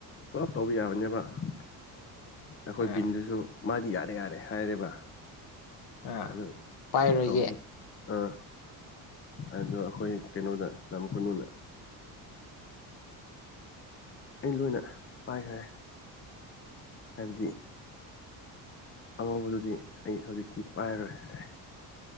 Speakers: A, on the left (about 30°); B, on the left (about 65°).
A: ꯄꯨꯂꯞ ꯇꯧꯕ ꯌꯥꯕꯅꯦꯕ ꯑꯩꯈꯣꯏ
B: ꯑꯥ
A: ꯕꯤꯟꯗꯨꯁꯨ ꯃꯥꯗꯤ ꯌꯥꯔꯦ ꯌꯥꯔꯦ ꯍꯥꯏꯔꯦꯕ
B: ꯑꯥ
A: ꯑꯗꯨ
B: ꯄꯥꯏꯔꯣꯏꯒꯦ
A: ꯊ꯭ꯔꯥꯎꯅ ꯑꯥ ꯑꯗꯣ ꯑꯩꯈꯣꯏ ꯀꯩꯅꯣꯗ ꯝ ꯎꯝ ꯑꯩ ꯂꯣꯏꯅ ꯄꯥꯏꯈ꯭ꯔꯦ ꯍꯥꯏꯕꯗꯤ ꯑꯉꯧꯕꯗꯨꯗꯤ ꯑꯩ ꯍꯧꯖꯤꯛꯇꯤ ꯄꯥꯏꯔꯔꯣꯏ ꯑꯦ